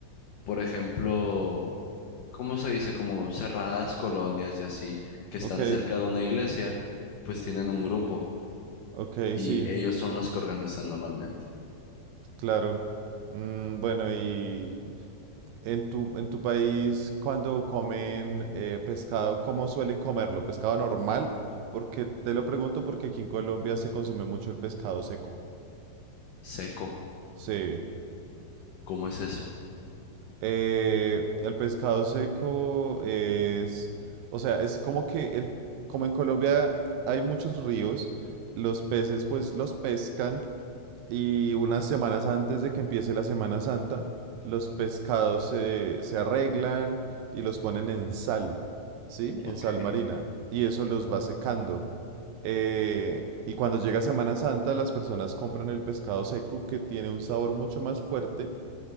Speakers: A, on the left; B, on the right.
A: por ejemplo, ¿cómo se dice? Como cerradas colonias y así, que están
B: ok,
A: cerca de una iglesia, pues tienen un grupo
B: ok,
A: y
B: sí,
A: ellos son los que organizan normalmente.
B: claro. Mm, bueno, y... En tu, en tu país, cuando comen eh, pescado, ¿cómo suelen comerlo? ¿Pescado normal? Porque te lo pregunto porque aquí en Colombia se consume mucho el pescado seco.
A: Seco,
B: Sí.
A: ¿cómo es eso?
B: Eh, el pescado seco es, o sea, es como que el, como en Colombia hay muchos ríos, los peces pues los pescan y unas semanas antes de que empiece la Semana Santa, los pescados se, se arreglan y los ponen en sal, ¿sí? En
A: Ok.
B: sal marina. Y eso los va secando. Eh, y cuando llega Semana Santa, las personas compran el pescado seco que tiene un sabor mucho más fuerte